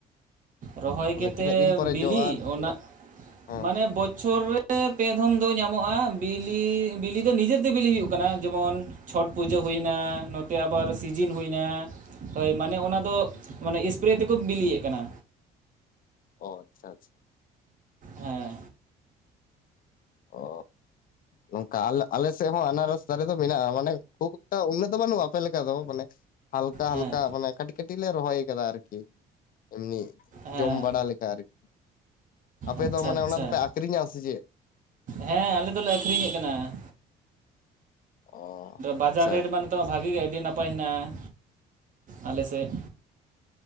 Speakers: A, on the right; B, on the left.
A: ᱨᱚᱦᱚᱭ
B: ᱢᱟᱱᱮ
A: ᱠᱟᱛᱮᱮᱫ
B: ᱛᱤᱱᱟᱹᱜ ᱫᱤᱱ ᱯᱚᱨᱮ
A: ᱵᱤᱞᱤᱜ
B: ᱡᱚᱜᱼᱟ ᱟᱨ ᱵᱤᱞᱤᱜᱼᱟ
A: ᱚᱱᱟ
B: ᱦᱮᱸ
A: ᱢᱟᱱᱮ ᱵᱚᱪᱷᱚᱨ ᱨᱮ ᱨᱮ ᱯᱮ ᱫᱷᱚᱢ ᱫᱚ ᱧᱟᱢᱚᱜᱼᱟ ᱵᱤᱞᱤ ᱵᱤᱞᱤ ᱫᱚ ᱱᱤᱡᱮᱨᱛᱮ ᱵᱤᱞᱤ ᱦᱩᱭᱩᱜ ᱠᱟᱱᱟ ᱡᱮᱢᱚᱱ ᱪᱷᱚᱴ ᱯᱩᱡᱟᱹ ᱦᱩᱭᱱᱟ, ᱱᱚᱛᱮ ᱟᱵᱟᱨ ᱥᱤᱡᱤᱱ ᱦᱩᱭᱱᱟ ᱾ ᱦᱳᱭ ᱢᱟᱱᱮ ᱚᱱᱟ ᱫᱚ ᱢᱟᱱᱮ ᱥᱯᱨᱮ ᱛᱮᱠᱚ ᱵᱤᱞᱤᱭᱮᱫ ᱠᱟᱱᱟ
B: ᱚ ᱟᱪᱪᱷᱟ ᱟᱪᱪᱷᱟ
A: ᱦᱮᱸ
B: ᱚ ᱱᱚᱝᱠᱟᱞᱮ ᱟᱞ ᱟᱞᱮ ᱥᱮᱫ ᱦᱚᱸ ᱟᱱᱟᱨᱚᱥ ᱫᱟ--ᱨᱮᱫᱚ ᱢᱮᱱᱟᱜᱼᱟ ᱢᱟᱱᱮ ᱠᱷᱩᱵ ᱮ ᱩᱱᱟᱹᱜ ᱫᱚ ᱵᱟᱹᱱᱩᱜᱼᱟ ᱟᱯᱮ ᱞᱮᱠᱟ ᱫᱚ ᱢᱟᱱᱮ ᱦᱟᱞᱠᱟ
A: ᱦᱮᱸ
B: ᱦᱟᱞᱠᱟ ᱢᱟᱱᱮ ᱠᱟᱹᱴᱤᱡ ᱠᱟᱹᱴᱤᱡ ᱞᱮ ᱨᱚᱦᱚᱭ ᱠᱟᱫᱟ ᱟᱨᱠᱤ ᱮᱢᱱᱤ
A: ᱦᱮᱸ
B: ᱡᱚᱢ ᱵᱟᱲᱟ ᱞᱮᱠᱟ ᱟᱨᱠᱤ ᱟᱯᱮ
A: ᱟᱪᱪᱷᱟ
B: ᱫᱚ ᱢᱟᱱᱮ
A: ᱟᱪᱪᱷᱟ
B: ᱚᱱᱟ ᱫᱚᱯᱮ ᱟᱠᱷᱨᱤᱧᱟ ᱥᱮ ᱪᱮᱫ?
A: ᱦᱮᱸ ᱟᱞᱮ ᱫᱚᱞᱮ ᱟᱹᱠᱷᱨᱤᱧᱮᱫ ᱠᱟᱱᱟ ᱾
B: ᱚ ᱟᱪᱪᱷᱟ
A: ᱵᱟᱡᱟᱨ ᱨᱮᱴ ᱢᱟ ᱱᱤᱛᱚᱜ ᱢᱟ ᱵᱷᱟᱜᱤ ᱜᱮ ᱟᱹᱰᱤ ᱱᱟᱯᱟᱭ ᱦᱮᱱᱟᱜᱼᱟ ᱟᱞᱮ ᱥᱮᱫ᱾